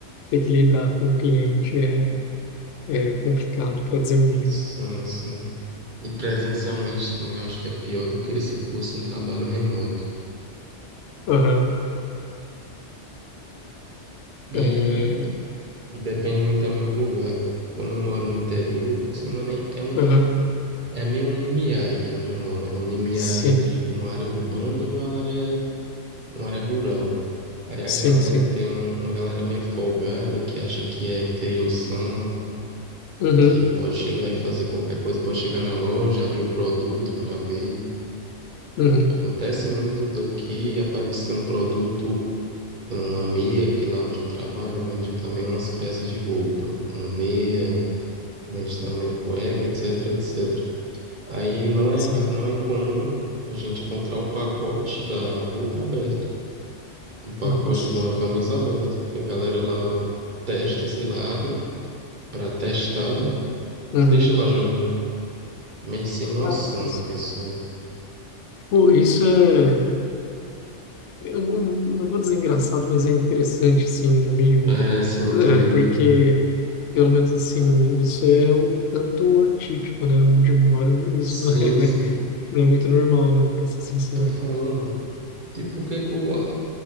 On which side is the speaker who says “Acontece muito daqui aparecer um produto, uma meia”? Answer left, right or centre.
Right